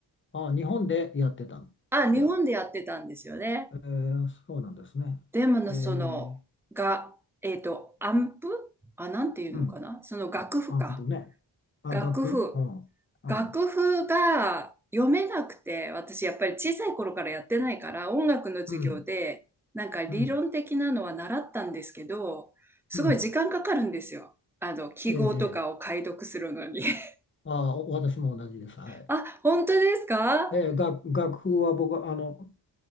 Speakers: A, on the left; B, in the centre.
A: あ。ああ、日本でやってたん。
B: あ、日本でやってたんですよね。
A: じゃあ、えーそうなんですね。
B: でもの、
A: え
B: その、
A: ー
B: が、えっと、アンプあ、なんていうのかなその楽譜か。
A: うん。アンプね。あ、
B: 楽譜。
A: 楽譜うん。うん。
B: 楽譜が読めなくて、私やっぱり小さい頃からやってないから、音楽の授業で、
A: うん
B: なんか理論的なのは習ったんですけど、
A: うん、
B: すごい時間かかるんですよ。
A: うん、
B: あの、記号とかを解読するのに。
A: ええ、ええ
B: <laughs>
A: ああ、お私も同じです。はい。
B: あ、本当ですか
A: ええ、楽、楽譜は僕は、あの、